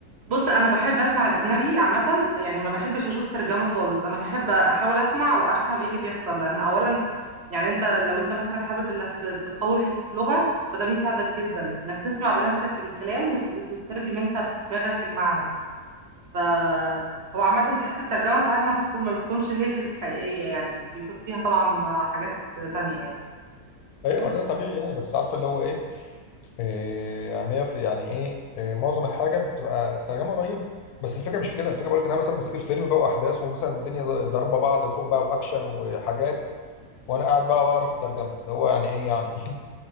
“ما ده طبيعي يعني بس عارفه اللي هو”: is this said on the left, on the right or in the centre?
Left